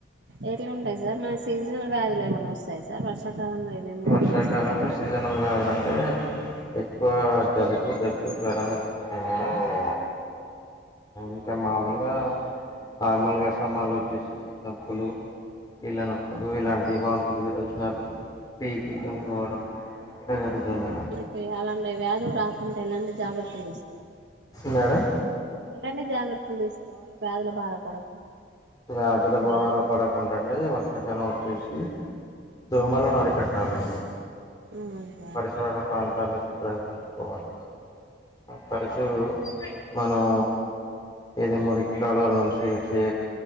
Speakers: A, on the right; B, on the left.
A: ఎట్లా ఉంటాయి సార్ మరి సీజనల్ వ్యాధులు ఏమైన్నా వస్తాయ సార్ వర్షాకాలంలో ఏమేమి వ్యాధులు
B: వర్షాకాలంలో
A: వస్తాయి సార్ ఇప్పుడు
B: సీజనల్ వ్యాధులు అంటే ఎక్కువ జలుబు దగ్గు జ్వరం ఇంకా మేడం ఇంకా మామూలుగా నార్మల్గా సమాలు వచ్చేసి నొప్పులు కీళ్ళ నొప్పులు ఇలాంటి వాంతులు విరొచనాలు బేబీ డౌన్ అవడం ఇట్టే జరుగుతది మేడం
A: ఇగ అలాంటి వ్యాధులు రాకుంటా ఎలాంటి జాగ్రత్తలు తీసుకోవాలి
B: మేడం
A: ఎలాంటి జాగ్రత్తలు తీసుకోవాలి వ్యాధులు బారి పడకుండా
B: వ్యాధుల బారా
A: జ్వరాలు
B: పడకుండా అంటే ఎండాకాలం వచ్చేసి దోమలను అరికట్టాలి
A: ఉమ్
B: పరిసరాల ప్రాంతాలను శుభ్రపరుచుకోవాలి తరచూ మనం ఇది మురికి కాలువలా నుంచి వచ్చే